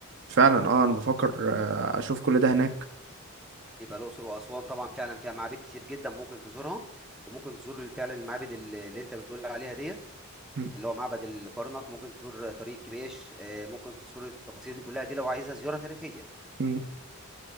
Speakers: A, on the right (about 55°); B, in the centre.
A: فعلا اه انا بفكر آه، اشوف كل ده هناك
B: يبقى الأقصر وأسوان طبعا فعلا فيها معابد كتير جدا ممكن تزورها وممكن تزور فعلا المعابد اللي اللي انت بتقول عليها ديت
A: م-
B: اللي هو معبد الكرنك ممكن تزور طريق كبيش آه، ممكن تزور التفاصيل دي كلها دي لو عايزها زيارة تاريخية
A: م.